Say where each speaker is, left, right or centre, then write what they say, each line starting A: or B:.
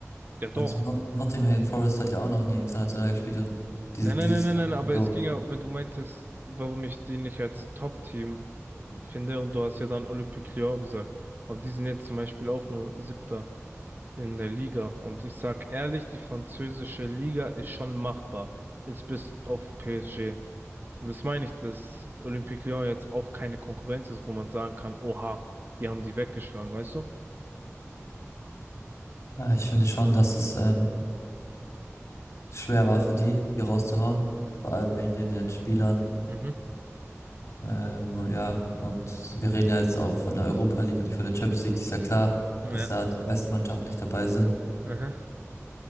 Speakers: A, on the right; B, on the left.
A: ja doch.
B: Also Not Nottingham Forest hat ja auch noch nie international gespielt und diese,
A: Nein,
B: dieses
A: nein, nein, nein,
B: Jahr
A: nein, aber
B: kommt um.
A: es ging ja, weil du meintest, warum ich die nicht als Top-Team äh, finde und du hast ja dann Olympique Lyon gesagt. Aber die sind jetzt zum Beispiel auch nur Siebter in der Liga. Und ich sag ehrlich, die französische Liga ist schon machbar. Jetzt bis auf PSG. Und das meine ich, dass Olympique Lyon jetzt auch keine Konkurrenz ist, wo man sagen kann, oha, die haben die weggeschlagen, weißt du?
B: Ja, ich finde schon, dass es ähm, schwer war für die, hier rauszuhauen. Vor allem wegen den jetzt Spielern.
A: Mhm.
B: Ähm, ja, und wir reden ja jetzt auch von der Europa League und nicht von der Champions League. Ist ja klar,
A: Ja.
B: dass da die besten Mannschaften nicht dabei sind.
A: Aha.